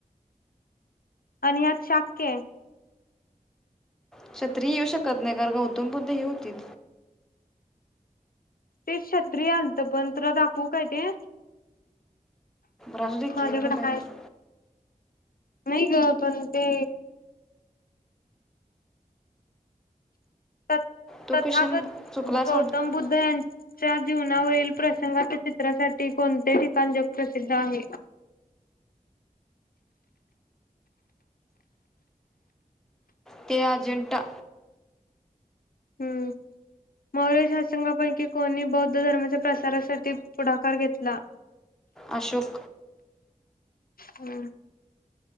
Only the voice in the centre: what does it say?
क्षत्रिय येऊ शकत नाही कारण गौतम बुद्ध हे होतीत
राहू दे
की एवढं काय
त्यात
तो
क्वेश्चन चुकला असं
वाटतं
ते आजंटा
अशोक